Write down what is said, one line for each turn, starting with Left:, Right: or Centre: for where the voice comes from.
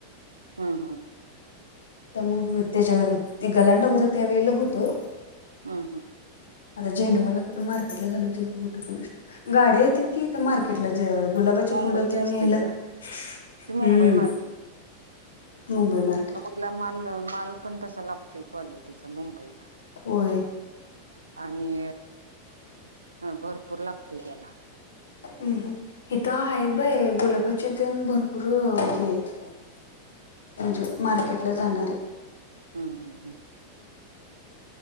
Right: हंहं
Left: तर मग त्याच्या... ते गलांडं होतं त्यावेळेला होतं
Right: हां हां
Left: आता झेंडवाला कुठं मार्केटला घालवते का <unintelligible> गाड्या येतेत कि इथं मार्केटला... ज... गुलाबाचे
Right: मग ते मुंबईचे
Left: फुलं... तेन
Right: असत्यात
Left: न्यायला...
Right: ग
Left: हुं
Right: ते मुंबई मार्केट.
Left: मुंबई मार्केट
Right: त्येला माल... माल पण तसा लागतोय क्वालिटीचा, मुंबईला
Left: होय
Right: आणि... भरपूर लागतंय त्येला
Left: हम्म... इथं हायेत बाई... गुलाबाचे तेण... भरपूर हे ऐत म्हणजे मार्केटला जाणारे
Right: हुंहुं... हुं.